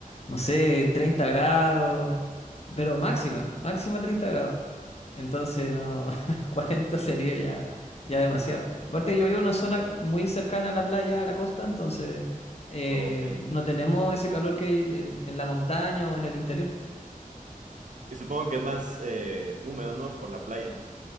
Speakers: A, on the left; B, on the right.
A: no sé, 30 grados, pero máxima, máxima 30 grados. Entonces, no, <laughs> 40 sería ya, ya demasiado. Aparte, yo vivo en una zona muy cercana a la playa, a la costa, entonces eh,
B: Ok.
A: no tenemos ese calor que hay en, en la montaña o en el interior.
B: Y supongo que es más eh, húmedo, ¿no? Por la playa.